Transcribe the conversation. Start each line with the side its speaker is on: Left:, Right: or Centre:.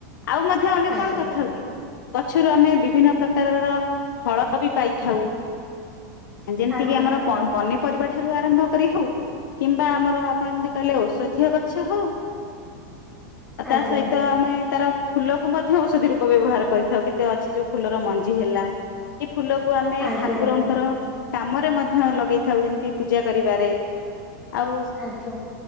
Left: ଆଉ ମଧ୍ୟ ଆମେ
Centre: ଆଜ୍ଞା
Left: କଣ କରିଥାଉ କି? ଗଛରୁ ଆମେ ବିଭିନ୍ନ ପ୍ରକାରର ଫଳ ବି ପାଇଥାଉ। ଯେମିତି
Centre: ଆଜ୍ଞା
Left: କିି ଆମରି ପରିବା ଠାରୁ ଆରମ୍ଭ କରି ହଉ କିମ୍ବା ଆମର ଆପଣ ଯେମିତି କହିଲେ ଔଷଧୀୟ ଗଛ ହଉ ଆ
Centre: ଆଜ୍ଞା
Left: ତା ସହିତ ଆମେ <unintelligible> ଫୁ ମଧ୍ୟ ଔଷଧି ରୂପ ବ୍ୟବହାର କରିଥାଉ। ମତେ ଅଛି ଯୋଉ ଫୁଲର ମଞ୍ଜି ହେଲା। କି ଫୁଲକୁ ଆମେ
Centre: ଆଜ୍ଞା
Left: ଠାକୁରଙ୍କର
Centre: ଆଜ୍ଞା
Left: କାମରେ ମଧ୍ୟ ଲଗେଇଥାଉ ଯେମିତି ପୂଜା କରିବାରେ ଆଉ
Centre: ଆଜ୍ଞା